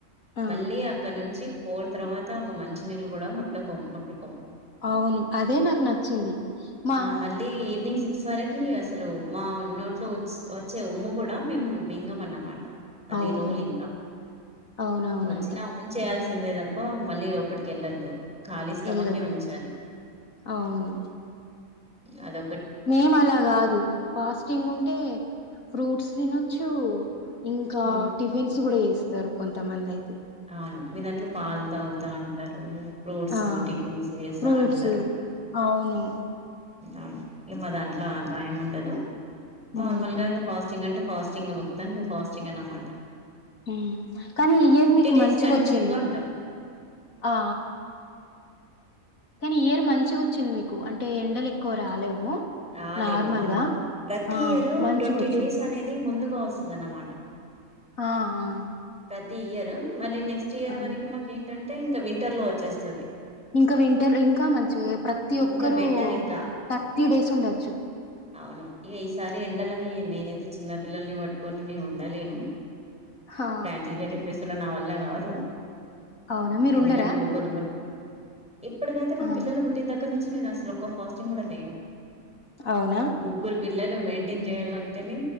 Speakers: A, on the left; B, in the centre.
A: ఆ
B: మళ్ళీ అక్కడ నుంచి పోర్ తర్వాత ఒక మంచి నీళ్ళు కూడా ముట్టుకోము ముట్టుకోము
A: అవును అదే నాకు నచ్చింది మా
B: ఆ మళ్ళీ ఈవినింగ్ సిక్స్ వరకి అసలు మా నోట్లో వచ్చే ఉమ్ము కూడా మేము మింగము అమాట అది
A: అవును.
B: రూలయింకా
A: అవునవునంట.
B: వచ్చినా ఊన్ చేయాల్సి చెందేదప్ప మళ్లీ లోప్పట్కి ఎళ్ద్దు ఖాళీ స్టమక్
A: ఎళ్ళొద్దు.
B: ఉంచాలి
A: అవును.
B: అద
A: మేము అలా కాదు పాస్టింగ్ ఉంటే ఫ్రూట్స్ దినచ్చు ఇంకా
B: హ్మ్.
A: టిఫిన్స్ కూడా చేసి ఇస్తారు కొంత మంది అయితే
B: అవును మీ దాంట్లో పాలు తాగుతా అంటారు ఫ్రూట్స్
A: ఆ!
B: టిఫిన్స్ చేస్తా
A: ఫ్రూట్స్
B: అంటారు
A: అవును.
B: అవును ఇ మా దాంట్లో అలా ఏం ఉండదు
A: హ్మ్.
B: నార్మల్ గా ఇగా ఫాస్టింగ్ అంటే ఫాస్టింగ్ మొత్తానికి ఫాస్టింగ్ అనమాట
A: హ్మ్మ్ కానీ ఇయర్ మీ
B: డేస్
A: మంచిగా
B: కంటిన్యూ
A: వచ్చింది
B: గా ఉంటాం
A: ఆ కానీ ఇయర్ మంచిగా వచ్చింది మీకు క్ అంటే ఎండలు ఎక్కువ రాలేవు
B: రాలేవు
A: నార్మల్‌గా.
B: అవును ప్రతి
A: ఆ!
B: ఇయర్
A: మంచిగొచ్చింది.
B: ట్వంటీ డేస్ అనేది ముందు వస్తుందన్నమాట
A: ఆ ఆ
B: ది ఇయర్ మళ్ళీ నెస్ట్ ఇయర్
A: అవును.
B: వరకు మాకు ఏంటంటె అంటే ఇంకా వింటర్ లో వచ్చేస్తాది
A: ఇంకా వింటర్ ఇంకా మంచిగా ప్రతి ఒక్కరూ
B: ఇంకా బెటర్ ఇంకా
A: థర్టీ డేస్ ఉండచ్చు
B: అవును ఇక ఈసారి ఎండలకి నేనైతే చిన్న పిల్లల్ని పట్టుకొని నేను ఉండలేను
A: హా
B: ఫ్రాంక్లీ చెప్పేస్త నా వల్ల కాదు
A: అవునా మీరు
B: ఎందుకంటె
A: ఉండరా
B: ముగ్గురు ఉమ్ ఇప్పటికైతే నా
A: ఆ
B: పిల్లలు పుట్టిన దగ్గర నుంచి నేను అసలు ఒక్క ఫాస్టింగ్ కూడా లేను
A: అవునా
B: ముగ్గురు పిల్లలు మెయింటైన్ చేయాలంటేనే